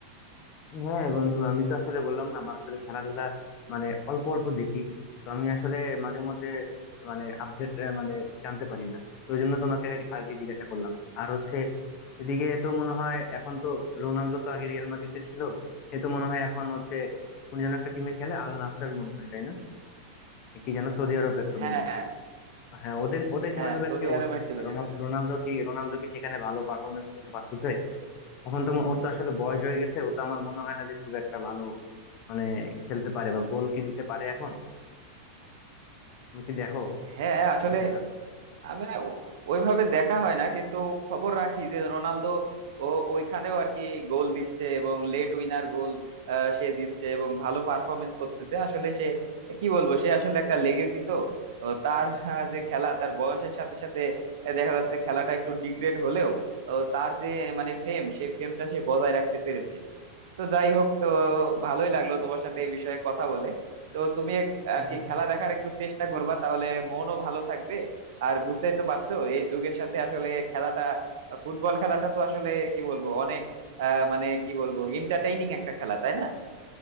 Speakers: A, on the left; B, on the right.
A: হ্যাঁ বন্ধু আমি তো আসলে বললাম না আমার আসলে খেলাধুলা মানে অল্প অল্প দেখি তো আমি আসলে মাঝে মধ্যে মানে আপডেট মানে জানতে পারি না তো ওই জন্য তোমাকে আগে জিজ্ঞাসা করলাম আর হচ্ছে এদিকে তো মনে হয় এখন তো রোনালদো তো আগে রিয়াল মাদ্রিদে ছিল সে তো মনে হয় এখন হচ্ছে কোন যেন একটা টিমে খেলে আল নাসের মনে হয় তাই না কি যেন সৌদি আরবের তো
B: হ্যাঁ
A: মেবি হ্যাঁ ওদের ওদের
B: হ্যাঁ
A: খেলাধুলার
B: সৌদি
A: কি অবস্থা
B: আরবের
A: আসলে
B: টিভি
A: রোনা-
B: দেখা যায়
A: রোনালদো কি রোনালদো কি সেখানে ভালো পারফরমেন্স করতে পারতেছে এখন তো ম- ওর তো আসলে বয়স হয়ে গেছে ও তো আমার মনে হয় না যে খুব একটা ভালো মানে খেলতে পারে বা গোল কি দিতে পারে এখন তুমি কি দেখো
B: হ্যাঁ আসলে
A: ওর খেলা
B: আমি না ও- ওইভাবে দেখা হয় না কিন্তু খবর রাখি যে রোনালদো ও ওইখানেও আর কি গোল দিচ্ছে এবং লেট উইনার গোল সে দিচ্ছে এবং ভালো পারফরমেন্স করতেছে আসলে সে কি বলবো সে আসলে একটা লেগেসি তো ও তার আহ, যে খেলা তার বয়সের সাথে সাথে আহ, দেখা যাচ্ছে খেলাটা একটু ডিগ্রেড হলেও ও তার যে মানে ফেম সেই ফেমটা সে বজায় রাখতে পেরেছে তো যাই হোক তো ভালোই লাগলো তোমার সাথে এই বিষয়ে কথা বলে তো তুমি এক-
A: হ্যাঁ
B: আর কি খেলা দেখার একটু চেষ্টা করবা তাহলে মনও ভালো থাকবে আর বুঝতেই তো পারছো এই যুগের সাথে আসলে খেলাটা ফুটবল খেলাটা তো আসলে কি বলবো অনেক আহ মানে কি বলবো এন্টারটেইনিং একটা খেলা তাই না